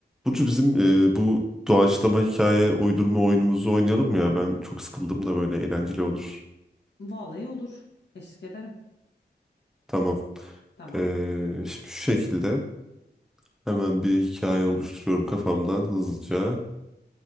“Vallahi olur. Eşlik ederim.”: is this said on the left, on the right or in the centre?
Left